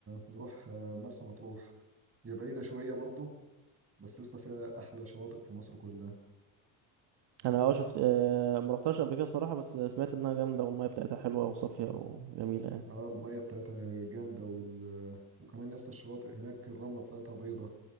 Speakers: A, on the right; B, on the right.
A: نروح آه، مرسى مطروح هي بعيده شويه برضه بس يا اسطى فيها احلى شواطئ في مصر كلها
B: أنا اه شفت آه مروحتهاش قبل كده صراحة بس سمعت إنها جامدة والمية بتاعتها حلوة وصافية وجميلة يعني
A: اه الميه بتاعتها جامده وال... وكمان يا اسطى الشواطئ هناك الرمله بتاعتها بيضه